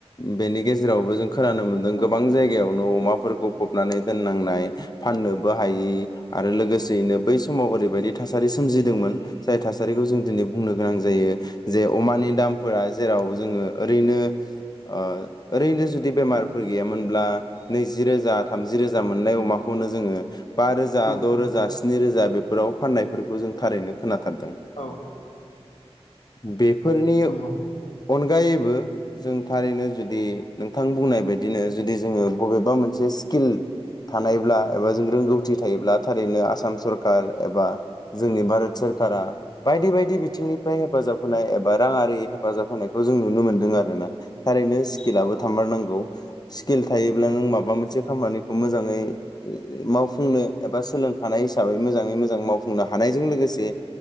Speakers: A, on the left; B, on the left.
A: बेनि गेजेरावबो जों खोनानो मोन्दों
B: औ
A: गोबां जायगायावनो अमाफोरखौ फबनानै दोननांनाय फाननोबो हायि आरो लोगोसेयैनो बै समाव ओरै बायदि थासारि सोमजिदोंमोन जाय थासारिखौ जों दिनै बुंनो गोनां जायो जे अमानि दामफोरा जेराव जोङो ओरैनो ओ ओरैनो जुदि बेमारफोर गैयामोनब्ला नैजि रोजा थामजि रोज जा मोननाय अमाखौनो जोङो बा रोजा
B: औ
A: द' रोजा। स्नि रोजा बेफोराव फाननायफोरखौ जों थारैनो खोनाथारदों।
B: औ
A: बे फोरनि
B: नंगौ
A: अनगायैबो जों थारैनो जुदि नोंथां बुंनाय बायदिनो जुदि जोङो बबेबा मोनसे स्किल थानायब्ला एबा जों रोंगौथि थायोब्ला थारैनो आसाम सरखार एबा जोंनि भारत सरखारा बायदि बायदि, दि बिथिंनिफ्राय हेफाजाब होनाय एबा राङारि हेफाजाब होनायखौ जों नुनो मोनदों आरोना? थारैनो स्किलाबो
B: औ
A: थामबारनांगौ स्किल थायोब्ला
B: औ
A: नों माबा मोनसे खामानिखौ मोजाङै मावफुंनो एबा सोलोंखानाय हिसाबै मोजाङै मोजां मावफुंनो हानायजों लोगोसे